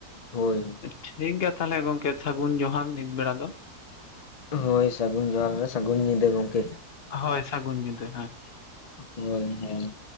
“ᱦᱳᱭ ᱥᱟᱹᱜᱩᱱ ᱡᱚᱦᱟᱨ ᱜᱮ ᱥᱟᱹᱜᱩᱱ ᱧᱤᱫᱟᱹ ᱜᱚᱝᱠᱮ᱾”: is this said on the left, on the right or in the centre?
Left